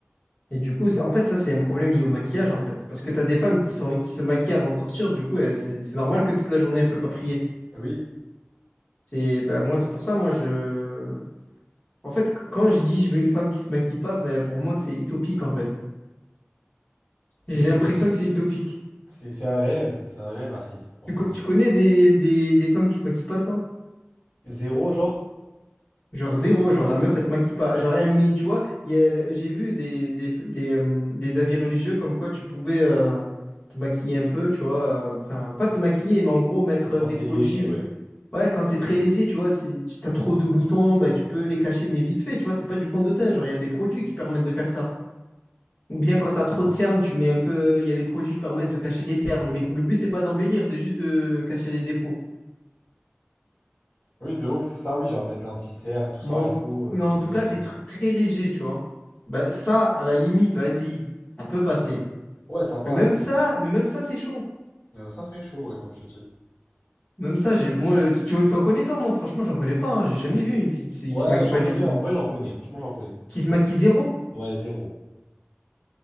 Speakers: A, on the left; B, on the left.
A: Et du coup, c'est, en fait, ça, c'est un problème lié au maquillage, en fait. Parce que tu as des femmes qui sont, qui se maquillent avant de sortir, du coup, elles- c'est c'est normal que toute la journée, elle peut pas prier.
B: Eh Oui,
A: C'est, ben, moi, c'est pour ça, moi, je. En fait, c- quand je dis je veux une femme qui se maquille pas, ben, pour moi, c'est utopique, en fait.
B: c'est
A: J'ai
B: chaud.
A: l'impression que c'est utopique.
B: C'est c'est un rêve, c'est un rêve, Harry, comme
A: Tu,
B: on
A: co-
B: dit.
A: tu connais des, des, des femmes qui se maquillent pas, toi?
B: Zéro, genre,
A: Genre zéro, genre la meuf, elle se maquille pas. Genre, elle met, tu vois, il y a- j'ai vu des, des, des, euh, des avis religieux comme quoi tu pouvais. euh, te maquiller un peu, tu vois, euh, enfin pas te maquiller, mais en gros mettre
B: quand
A: euh, des
B: c'est
A: produits
B: léger, ouais.
A: Ouais, quand c'est très léger, tu vois, si tu as trop de boutons, bah, tu peux les cacher, mais vite fait, tu vois, c'est pas du fond de teint. Genre, il y a des produits qui permettent de faire ça. Ou bien quand tu as trop de cernes, tu mets un peu. euh, Il y a des produits qui permettent de cacher les cernes. Mais le but, c'est pas d'embellir, c'est juste de cacher les défauts.
B: Oui, de ouf. Ça, oui, genre mettre l'anti-cerne, tout ça
A: Mais en,
B: et tout. euh,
A: mais en
B: mais
A: tout cas, des trucs très légers, tu vois. Bah, ça, à la limite, vas-y, ça peut passer.
B: ouais, ça passe.
A: Mais même ça, mais même ça, c'est chaud.
B: Même ça, c'est chaud, ouais, comme tu dis.
A: Même ça, j'ai- moi, tu t'en connais toi, moi, franchement, j'en connais pas. hein. J'ai jamais vu une fille qui, s'est-
B: Ouais,
A: qui se maquille
B: j'en
A: pas
B: connais,
A: du tout.
B: en vrai, j'en connais. Franchement, j'en connais.
A: Qui se maquille zéro.
B: Ouais, zéro.